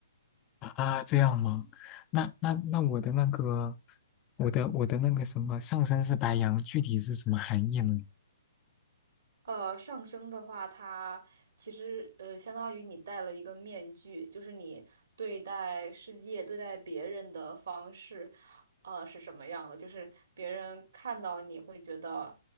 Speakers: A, on the left; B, on the right.
A: 啊，这样吗？那那那我的那个，我的我的那个什么上身是白羊，具体是什么含义呢？
B: 呃，上升的话，它其实呃相当于你戴了一个面具，就是你对待世界、对待别人的方式，呃是什么样的？就是别人看到你会觉得，